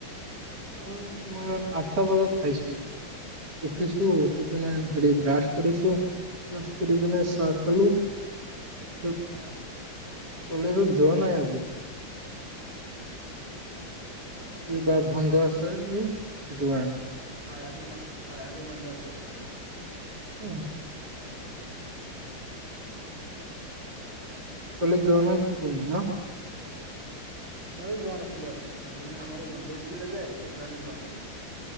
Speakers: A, on the right; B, on the right.
A: আহ তোমাৰ আঠটা বজাত খাইছো উঠিছো উঠি পিনে হেৰি ব্ৰাছ কৰিছো ব্ৰাছ কৰি পিনে চ ৰাখালো
B: হয়
A: চ
B: উম
A: কলেজত যোৱা নাই আজি
B: হয়
A: এইবাব বন্ধ আছে যে সেইটো কাৰণে
B: হয় আদি হয় আদি বন্ধ আছিলে হয়
A: অ কলেজ যোৱা নাই তো তুমি হা
B: মইও যোৱা নাছিলো আজি আজি মানে আমাৰো বন্ধ দিছিলে যে সেই কাৰণে যোৱা নাই